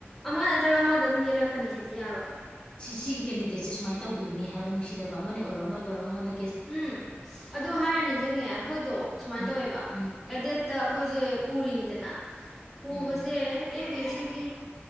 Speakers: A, in the centre; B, on the left.
A: ꯑꯃ ꯅꯠꯇ꯭ꯔꯒ ꯑꯃꯗ ꯑꯗꯨꯝ ꯌꯦꯜꯂꯛꯀꯅꯤ ꯁꯤꯗꯤ ꯌꯥꯔꯣꯏ
B: ꯁꯤꯒꯤ ꯀꯦꯟꯗꯤꯗꯦꯠꯁꯦ ꯁꯨꯃꯥꯏꯅ ꯇꯧꯈꯤꯕꯅꯤ ꯍꯥꯏꯕ ꯅꯨꯡꯁꯤ ꯈꯤꯗꯕ ꯑꯃ ꯑꯣꯏꯔꯣ ꯑꯃ ꯃꯉꫭꯟꯗꯩ
A: ꯎꯝ ꯑꯗꯨ ꯍꯥꯏꯔꯅꯤ ꯅꯤꯜꯆꯪꯉꯦ ꯑꯩꯈꯣꯏꯗꯣ ꯁꯨꯃꯥꯏꯅ
B: ꯎꯝ
A: ꯇꯧꯋꯦꯕ
B: ꯎꯝ
A: ꯑꯦ ꯗꯦꯠꯇ ꯑꯩꯈꯣꯏꯁꯦ ꯄꯨꯔꯤꯅꯤꯗꯅ ꯄꯨꯕꯁꯦ
B: ꯎꯝ
A: ꯑꯦꯝ ꯕꯤ ꯌꯦ ꯁꯤ ꯒꯤ